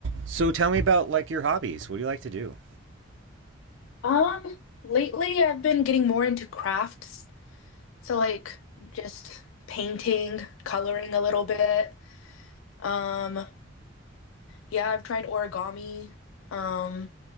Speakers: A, on the right (about 65°); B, on the left (about 75°).
A: So tell me about like your hobbies. What do you like to do?
B: Um, lately I've been getting more into crafts. So like just painting, coloring a little bit. Um, yeah, I've tried origami. Um,